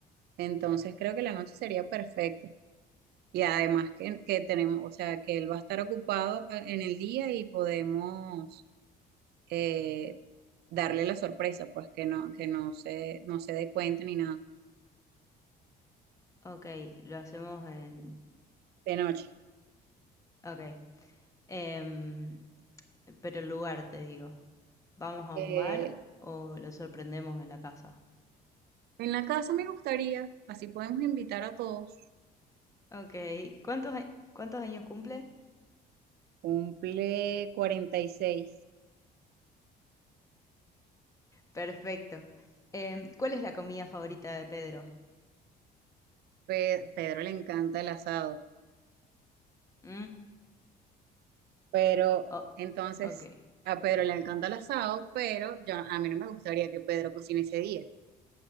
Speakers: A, on the right (about 70°); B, on the left (about 20°).
A: Entonces creo que la noche sería perfecto. Y además que, que tenemos, o sea, que él va a estar ocupado en el día y podemos eh, darle la sorpresa, pues que no, que no se, no se dé cuenta ni nada
B: Ok, lo hacemos en...
A: de noche.
B: Ok. Em, pero el lugar, te digo. ¿Vamos a
A: Eh,
B: un bar o lo sorprendemos en la casa?
A: en la casa me gustaría, así podemos invitar a todos.
B: Ok. ¿Cuántos, a- cuántos años cumple?
A: Cumple 46.
B: Perfecto. Em, ¿cuál es la comida favorita de Pedro?
A: Pe- Pedro le encanta el asado,
B: ¿Mm?
A: pero
B: Oh,
A: entonces
B: ok.
A: a Pedro le encanta el asado, pero yo, a mí no me gustaría que Pedro cocine ese día. O